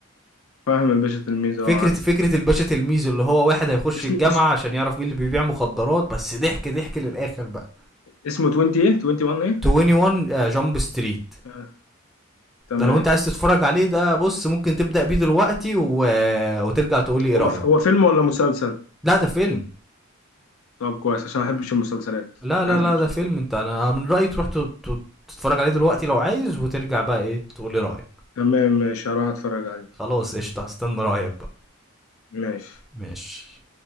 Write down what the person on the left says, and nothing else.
فاهم الباشا تلميذ
اه عارف
اسمه
اس...
اسمه 20 ايه 21 ايه
آه. تمام
هو
ف... هو فيلم ولا مسلسل
طب كويس عشان ما بحبش المسلسلات
رأيي
بصراحة
تمام ماشي هروح اتفرج عليه
ماشي